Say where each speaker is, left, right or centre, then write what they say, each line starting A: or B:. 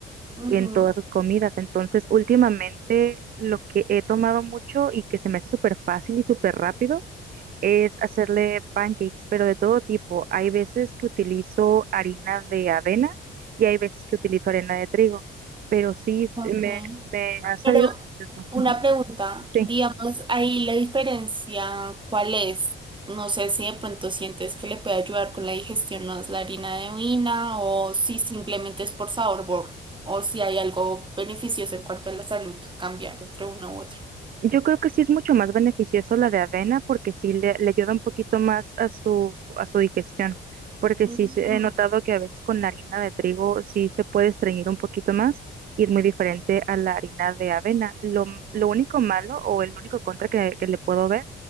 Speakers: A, on the right (about 25°); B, on the right (about 45°).
A: Ujú.
B: en todas sus comidas. Entonces últimamente lo que he tomado mucho y que se me hace súper fácil y súper rápido es hacerle pancakes, pero de todo tipo. Hay veces que utilizo harina de avena y hay veces que utilizo harina de trigo, pero sí, es-
A: Ok,
B: me, me ha sabido
A: pero
B: delicioso.
A: una
B: <laughs> Ujú,
A: pregunta,
B: Sí.
A: digamos, ahí la diferencia, ¿cuál es? No sé si de pronto sientes que le puede ayudar con la digestión más la harina de avena o si simplemente es por sabor, por- o si hay algo beneficioso en cuanto a la salud, cambiar entre una u otra.
B: Yo creo que sí es mucho más beneficioso la de avena porque sí le, le ayuda un poquito más a su, a su digestión, porque
A: Ujú,
B: sí se- he notado que a veces con la harina de trigo sí se puede estreñir un poquito más y es muy diferente a la harina de avena. Lo, m- lo único malo o el único contra que, que le puedo ver